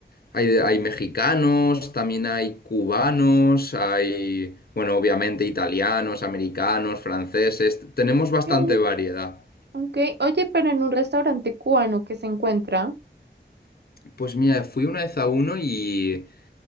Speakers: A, on the left; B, on the right.
A: hay, hay mexicanos, también hay cubanos, hay, bueno, obviamente italianos, americanos, franceses, tenemos
B: Ok,
A: bastante variedad.
B: ok. Oye, pero en un restaurante cubano que se encuentra.
A: Pues mira, fui una vez a uno y...